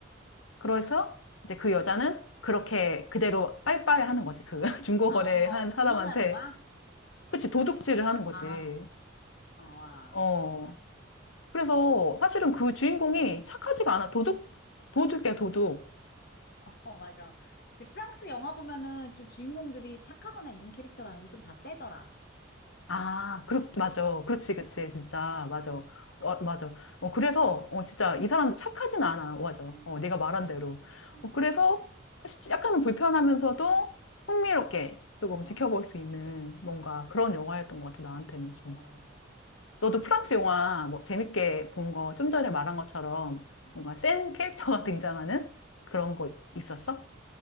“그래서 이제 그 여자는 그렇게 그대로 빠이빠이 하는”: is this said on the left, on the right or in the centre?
Left